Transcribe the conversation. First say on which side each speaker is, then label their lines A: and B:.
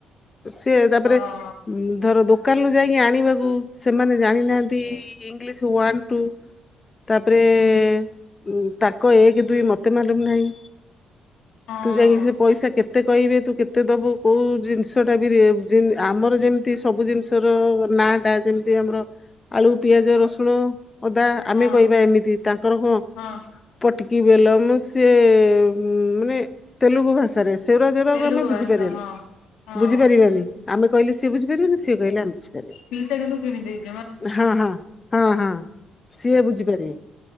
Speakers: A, on the left; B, on the left.
A: ସିଏ ତାପରେ
B: ହଁ
A: ଧର ଦୋକାନରୁୁ ଯାଇକି ଆଣିବାକୁ। ସେମାନେ ଜାଣିନାହାନ୍ତି ଇଂଲିଶ ୱାନ ଟୁଉ ତାପରେ।
B: ହୁଁ
A: ଉଁ ତାଙ୍କ ଏକ ଦୁଇ ମତେ ମାଲୁମ ନାହିଁ
B: ହଁ
A: ତୁ ଯାଇକି ସେ ପଇସା କେତ୍ ତେ କହିବେ ତୁ କେତେ ଦବୁ କୋଉ ଜିନିଷଟା <unintelligible> ଆମର ଯେମିତି ସବୁ ଜିନିଷ। ତେର ନାଁଟା ଯେମିତ୍। ଏଇ ଆମର ଆଳୁ, ପିଆଜ, ରସୁଣ, ଅଦା, ଆମେ
B: ହଁ
A: କହିବା ଏମିତି ତାଙ୍କର କଅଁ।
B: ହଁ
A: ପଟିକି ବେଲ ମୁଁ ସିଏ ମାନେ ତେଲୁଗୁ ଭାଷାରେ ସେଗୁରା <unintelligible>
B: ତେଲୁଗୁ ଭାଷା
A: ବୁଝିପାରିବେନି,
B: ହଁ। ହଁ
A: ବୁଝିପାରିବେନି। ଆମେ କହିଲେ ସିଏ ବଝିପରିବନି ସିଏ କହିଲେ ଆମେ ବୁଝିପରିବାନି।
B: ପିସା କିନ୍ତୁ କେମିତିଭ୍।
A: ହଁ ହଁ ହଁ ହଁ ସିଏ ବୁଝିପାରିବେ।